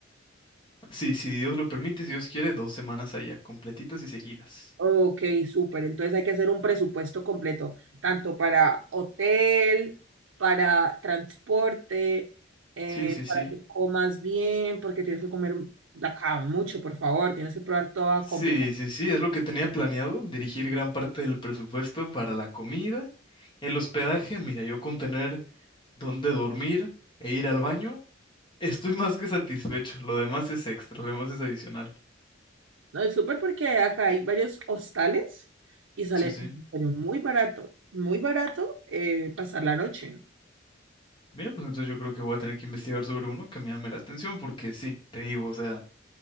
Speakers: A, on the left; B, on the right.
A: Sí, si Dios lo permite, si Dios quiere, dos semanas allá, completitas y seguidas.
B: Ok, súper. Entonces hay que hacer un presupuesto completo, tanto para hotel, para transporte, eh,
A: Sí, sí, sí.
B: para que comas bien, porque tienes que comer de acá mucho, por favor, tienes que probar toda
A: Sí,
B: completa.
A: sí, sí, es lo que tenía planeado, dirigir gran parte del presupuesto para la comida, el hospedaje, mira, yo con tener dónde dormir e ir al baño, estoy más que satisfecho, lo demás es extra, lo demás es adicional.
B: No, es súper porque acá hay varios hostales y sale
A: Sí, sí.
B: pero muy barato, muy barato eh, pasar la noche.
A: Mira, pues entonces yo creo que voy a tener que investigar sobre uno que me llame la atención, porque sí, te digo, o sea...